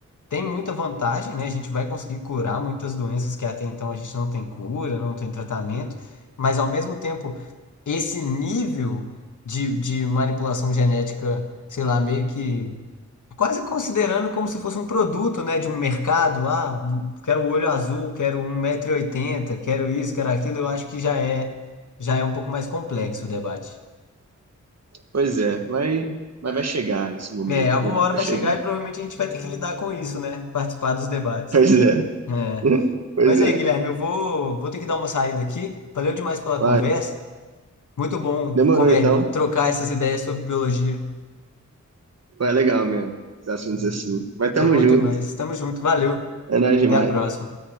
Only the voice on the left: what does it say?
tem muita vantagem, né? A gente vai conseguir curar muitas doenças que até então a gente não tem cura, não tem tratamento, mas ao mesmo tempo, esse nível de, de manipulação genética, sei lá, meio que quase considerando como se fosse um produto, né, de um mercado. Ah, quero o olho azul, quero um 180 oitenta, quero isso, quero aquilo. Eu acho que já é, já é um pouco mais complexo o debate.
É, alguma
hora
vai
chegar e provavelmente a gente vai ter que lidar com isso, né? Participar dos debates.
É.
Mas
aí, Guilherme, eu vou, vou ter que dar uma saída aqui. Valeu demais pela
conversa. Muito bom
conver
trocar essas ideias sobre biologia.
Foi
bom
demais. Tamo junto. Valeu.
Até a próxima.